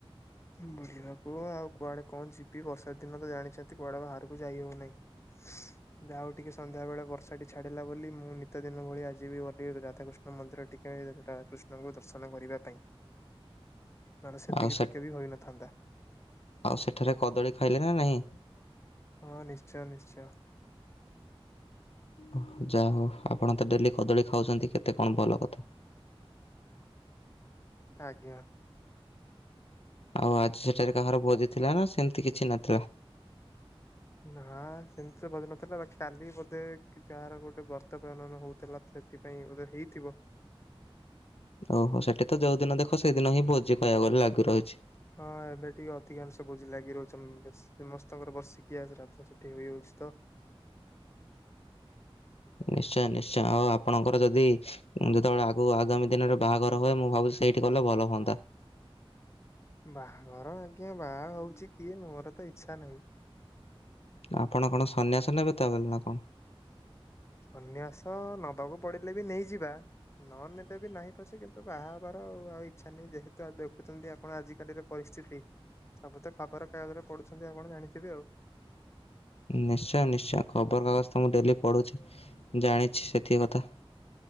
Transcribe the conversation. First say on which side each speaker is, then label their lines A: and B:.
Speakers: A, on the left; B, on the left.
A: ବୁଲିବାକୁ ଆଉ କୁଆଡେ କଣ ଯିବି ବର୍ଷା ଦିନ ତ ଜାଣିଛନ୍ତି କୁଆଡେ ଭାରକୁ ଯାଇ ହେଉନାହିଁ। <inaudible> ଯାଆହୋଉ ଟିକେ ସନ୍ଧ୍ୟା ବେଳେ ବର୍ଷା ଟି ଛାଡିଲା ବୋଲି ମୁଁ ନିିତ ଦିନ ଭଳିଆ ଆଜିିବି ଘଣ୍ଟିଏ ରାଧାକୃଷ୍ଣ ଷ୍ଣ ମନ୍ଦିର ଟିକେ ରାକୃଷ୍ଣଙ୍କୁ ଦର୍ଶନ କରିବା ପାଇଁ। ମନେ ସେତିକି
B: ଆଉ ସେ
A: ଟିକେ ବି ହୋଇ ନଥାନ୍ତା।
B: ଆଉ ସେଠାରେ କଦଳୀ ଖାଇଲେ ନା ନାହିଁ?
A: ହଁ ନିଶ୍ଚୟ ନିଶ୍ଚୟ। <inaudible>
B: ଉହୁଁ ଯାହା ହୋଉ ଆପଣ ତ ଡେଲି କଦଳୀ ଖାଉଛନ୍ତି କେତେ କଣ ଭଲ କଥା।
A: ଆଜ୍ଞା।
B: ଆଉ ଆଜି ସେଠାରେ କାହାର ଭୋଜି ଥିଲା ନା ସେମିତି କିଛି ନଥିଲା?
A: ନା ସେମିତି ତ ଭୋଜି ନଥିଲା ବାକି କାଲି ବୋଧେ କି କାହାର ଗୋଟେ ବର୍ତ୍ତ ପ୍ରଣନ ହୋଉଥୁଲା। ସେଥିପାଇଁ ଉଦୁ ହେଇଥିବ।
B: ଓହୋ ସେଠି ତ ଯୋଉ ଦିନ ଦେଖ ସେଇଦିନ ହିଁ ଭୋଜି କାଇବାକୁ ଗଲେ ଲାଗି ରହିଛି।
A: ହଁ ଏବେ ଟିକେ ଅଧିକାଂଶ ବୋଜି ଲାଗି ରହୁଛନ୍ ବେଶ୍ ସମସ୍ତଙ୍କର ବର୍ଷିକିଆ ଶ୍ରାଦ୍ଧ ସେଠି ହୋଇଯାଉଛି ତ?
B: ନିଶ୍ଚୟ ନିଶ୍ଚୟ ଆଉ ଆପଣଙ୍କର ଯଦି ଯେତେବେଳେ ଆଗୁକୁ ଆଗାମୀ ଦିନରେ ବାହାଘର ହୁଏ ମୁଁ ଭାବୁଛି ସେଇଠି କଲେ ଭଲ ହଅନ୍ତା
A: ବାହାଘର ଆଜ୍ଞା ବାହା ହୋଉଛି କିଏ ମୋର ତ ଇଚ୍ଛା ନାହିଁ।
B: ଆପଣ କଣ ସନ୍ନ୍ୟାସ ନେବେ ତାରେ ନା କଣ?
A: ସନ୍ନ୍ୟାସ ନବାକୁ ପଡିଲେ ବି ନେଇଯିବା। ନ ନେଲେ ବି ନାହିଁ ପଛେ କିନ୍ତୁ ବାହା ହେବାର ଆ ଆଉ ଇଚ୍ଛା ନାହିଁ ଯେହେତୁ ଦେଖୁଛନ୍ତି ଆପଣ ଆଜିକାଲିର ପରିସ୍ଥିତି ସବୁ ତ ଖବର କାଗଜରେ ପଡ଼ୁଛନ୍ତି ଆପଣ ଜାଣିଥିବେ ଆଉ।
B: ନିଶ୍ଚୟ ନିଶ୍ଚୟ ଖବରକାଗଜ ତ ମୁଁ ଡେଲି ପଢ଼ୁଚି ଜାଣିଛି ସେତିକି କଥା।